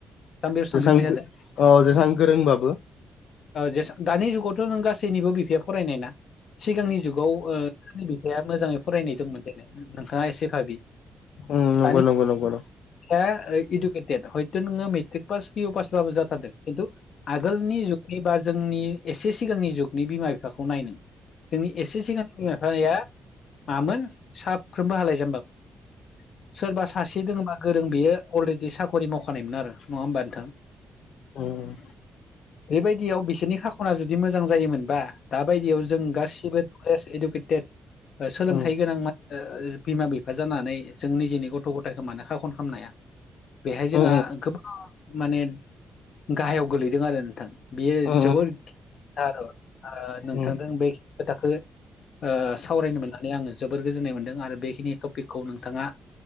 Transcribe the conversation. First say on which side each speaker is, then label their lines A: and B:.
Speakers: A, on the left; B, on the left.
A: जामबायावसो
B: जेसां
A: थांफिनबाय हादों।
B: अ जेसां गोरोंबाबो
A: जे दानि जुगावथ' जों गासैनिबो बिफाया फरायनायना सिगांनि जुगाव सोरनि बिफाया मोजाङै फरायनाय दंमोन जेन नोंथाङा एसे भाबि
B: अम नंगौ
A: दानि
B: नंगौ नंगौ
A: दा इडुकेटेद हयथ' नोङो मेट्रिक पास पिअ पासबाबो जाथारदों किन्तु आगोलनि जुगनि बा जोंनि एसे सिगांनि जुगनि बिमा बिफाखौ नाय नों। जोंनि एसे सिगां बिमा बिफाया मा मोन? साफ्रोमबो हालाय जाम्बामोन सोरबा सासे दङो बा गोरों बेयो अलरेडि साख'रि मावखानायमोन आरो नङा होमबा नोंथां।
B: ओम-ओम।
A: बेबायदियाव बिसोरनि खाख'ना जुदि मोजां जायोमोनबा दााबायदियाव जों गासिबो फ्रेस्ट इडुकेटेड सोलोंथाइ
B: उम
A: गोनां मान ओ बिमा बिफा जा नानै जों निजेनि गथ' गथायखौ मानो खाख'न खामनो हाया जोंहा
B: उम
A: गोबां माने गाहायाव गोलैदों आरो नोंथां। बियो
B: उम
A: जोबोर गि <unintelligible> ओ नोंथांजों
B: उम
A: बे खि खोथाखो ओ सावरायनो मोननानै आङो जोबोर गोजोननाय मोनदों आरो बेखिनि टपिकखौ नोंथाङा